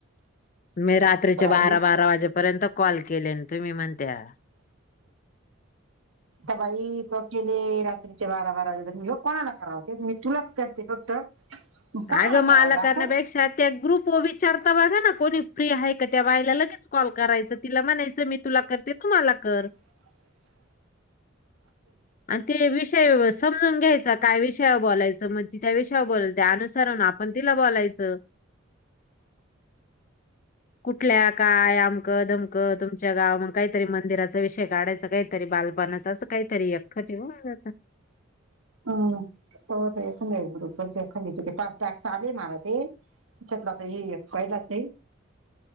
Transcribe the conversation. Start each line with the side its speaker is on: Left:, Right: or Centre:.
Left: म रात्रीच्या
Right: बाई
Left: बारा बारा वाजेपर्यंत कॉल केले तुम्ही म्हण त्या
Right: आ बाई तो केले रात्रीच्या बारा बारा वाजे तर मी कोणाला करावते मी तुलाच करते फक्त कोणाला
Left: आग मालकन
Right: करावं ग असं
Left: बेक्षात ग्रुप विचारतावग ना कोणी फ्री आहे का त्या वायला लगेच कॉल करायचं तिला म्हणायचं मी तुला करते तुम्हाला कर
Right: ह
Left: आणि ते विषय समजून घ्यायचा काय विषय बोलायचं मग ति त्या विषयवर बोलाल त्यानुसार आपण तिला बोलायचं कुठल्या काय आमक दधमक तुमच्या गावा मग काहीतरी मंदिराचा विषय काढायचं काही तरी बालपणाच अस काहीतरी एखखं ठेव ज
Right: हम हो एखा बरोपरचे एखंदी तिथे पाच टाक चाले मारा ते त्याच्यातलाता पहिलाच